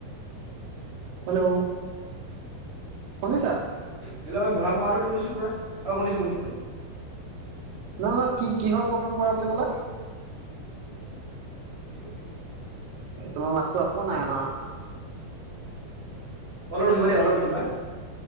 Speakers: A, on the right; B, on the right.
A: হেল্ল, শুনিছা।
B: হিল মই বহাগ মাহটো তুমি কৈছো পুৰা অ শুনিছো শুনিছো।
A: নহয় নহয় কি কি কিহৰ প্ৰগ্ৰেম কৰা বুলি কলা।
B: বিহু বিহু,
A: তোমাৰ মাততো আকৌ নাই আহা।
B: অলপ ৰখিবা দে অলপ ৰখিবা